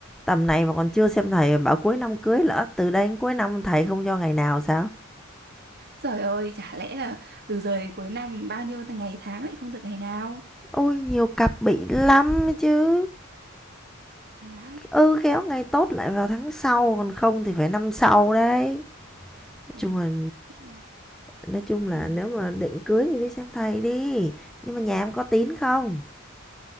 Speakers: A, in the centre; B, on the right.
A: tầm này mà còn chưa xem thầy bảo cuối năm cưới lỡ từ đây đến cuối năm thầy không cho ngày nào sao?
B: Trời ơi, chả lẽ là từ giờ đến cuối năm bao nhiêu tháng- ngày tháng lại không được ngày nào?
A: Ôi nhiều cặp bị lắm chứ.
B: Thế á?
A: Ừ, khéo ngày tốt lại vào tháng sau, còn không thì phải năm sau đấy. Nói
B: Thế
A: chung
B: à?
A: là
B: Nói chung là,
A: nói chung là
B: ừ.
A: nếu mà định cưới thì đi xem thầy đi, nhưng mà nhà em có tín không?